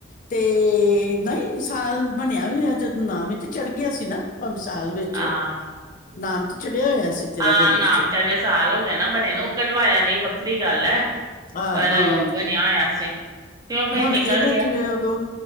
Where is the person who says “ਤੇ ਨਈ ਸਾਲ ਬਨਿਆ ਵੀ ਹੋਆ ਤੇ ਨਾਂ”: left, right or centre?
Left